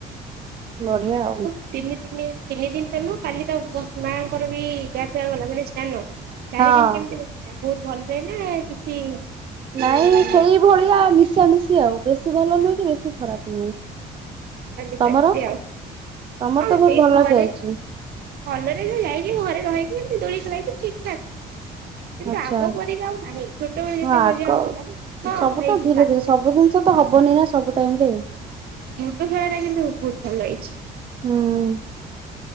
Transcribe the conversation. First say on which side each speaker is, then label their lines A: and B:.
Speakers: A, on the right; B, on the right.
A: ବଢିଆ ଆଉ।
B: ତିନି ଦି ତିନି ଦିନ ତଲୁ କାଲି ତ ମାଆଙ୍କର ବି ଗଆ ଗଲା ମାନେ ସ୍ନାନ। ଚାରି
A: ହଁ
B: ଦିନ କେମିତି ବସିଲା ବହୁତ ଭଲ ରହେ ନା କିଛି ମିଶା
A: ନାଇଁ ସେଇ ଭଳିଆ ମିଶା ମିଶି ଆଉ ବେଶୀ ଭଲ ନୁହେଁ କି ବେଶୀ ଖରାପ ନୁହେଁ।
B: ସେମିତି
A: ତମର ତମର
B: ଆଉ
A: ତ ବହୁତ
B: ସେ
A: ଭଲ
B: ଘରେ
A: ଯାଇଛି
B: ଭଲରେ ଯଉ ଯାଇକି ଘରେ ରହକି ଏମତି ଦୋଳି ଖେଳି କି ଠିକ୍ ଠାକ୍। କିନ୍ତୁ
A: ଆଚ୍ଛା।
B: ଆଗ ପରିକି ଆଉ ନାହିଁ ଛୋଟବେଳେ ଯେତେ
A: ହଁ ଆଗ
B: ମଜା ହଉଥିଲା ହଁ
A: ସବୁ
B: ହେଇଛି
A: ତ ଧୀରେ
B: ରାତିରେ
A: ଧୀରେ ସବୁ ଜିନିଷ ତ
B: ହଁ
A: ହବନି ନା ସବୁ ଟାଇମ ରେ।
B: ଲୁଡୁ ଖେଳଟା କିନ୍ତୁ ବହୁତ ଭଲ ହେଇଛି।
A: ହୁଁ।